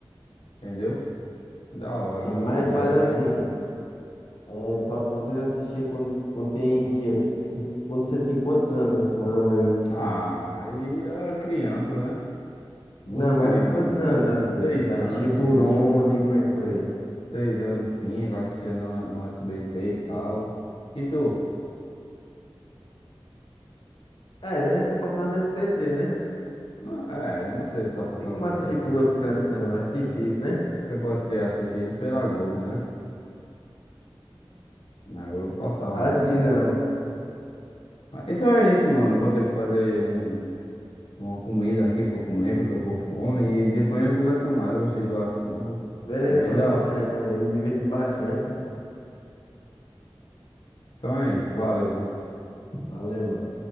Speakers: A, on the left; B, on the left.
A: entendeu? É Da hora,
B: Sim,
A: o
B: mas,
A: episódio
B: mas
A: é
B: assim,
A: bem.
B: é, pra- vocês assistiam quando, quando tem, tinha, quando você tinha quantos anos, assim, mais ou menos?
A: Ah, aí eu era criança, né? Muito
B: Não, mas
A: criancinha.
B: com quantos anos, assim?
A: Seis
B: Você assistia
A: anos,
B: por
A: cinco.
B: onde? Como é que foi?
A: Seis anos, sim, eu assistia no, no SBT e tal. E tu?
B: É, né? Só passava na SBT, né?
A: Não, é, não sei se só passava
B: Tem como
A: no
B: assistir
A: SBT.
B: por outro canto, não. Acho difícil, né?
A: Você pode ter assistido pela Globo, né? Na Globo passava
B: Acho
A: no tempo.
B: que não.
A: Ah, Então é isso, mano. Eu vou ter que fazer um, uma comida aqui pra eu comer, que eu tô com fome. E depois a gente conversa mais. Eu gostei do assunto.
B: Beleza,
A: Foi bem
B: mano.
A: da
B: Gostei
A: hora.
B: também. Me diverti bastante.
A: Então é isso. Valeu.
B: Valeu, mano.